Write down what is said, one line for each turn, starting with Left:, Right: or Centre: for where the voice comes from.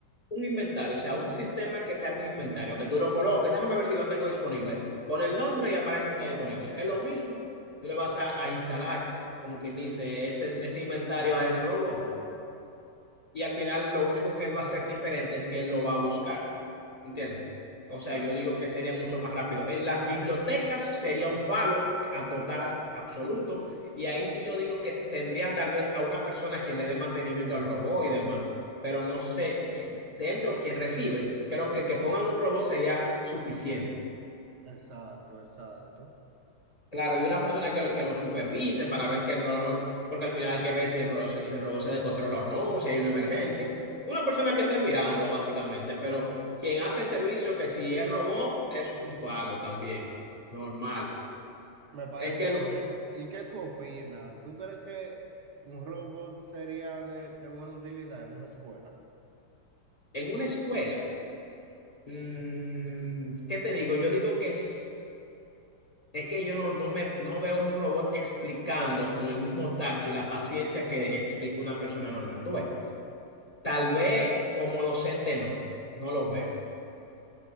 Left: un inventario, o sea, un sistema que te haga un inventario, que tú lo coloques, déjame ver si lo tengo disponible. Pon el nombre y aparece si está disponible. Es lo mismo, tú le vas a, a instalar, como quien dice, ese, ese inventario al robot y al final lo único que él va a hacer diferente es que él lo va a buscar. ¿Entiendes? O
Right: Exacto,
Left: sea, yo digo que sería mucho más rápido. En las bibliotecas sería un palo a total abs- absoluto. Y ahí sí yo digo que tendrían tal vez a una persona quien le dé mantenimiento al robot y demás. Pero no sé, eh, dentro quien recibe, creo que que pongan un robot sería suficiente.
Right: exacto, exacto.
Left: Claro, y una persona que lo, que lo supervise para ver que el reloj, no- porque al final hay que ver si el reloj, se- si el robot se descontrola o no, o si hay una emergencia. Una persona que esté mirando, básicamente, pero quien hace el servicio, que si el robot es un palo también, normal.
Right: Me parece
Left: En que lo-
Right: bien. ¿Y qué tú opinas? ¿Tú crees que un robot sería de, de buena utilidad en una escuela?
Left: en una escuela,
Right: Sí.
Left: mm, ¿qué te digo? Yo digo que es, es que yo no, no me, no veo un robot explicando con el mismo tacto y la paciencia que explica una persona normal. Tú ves, tal vez como docente no, no lo veo.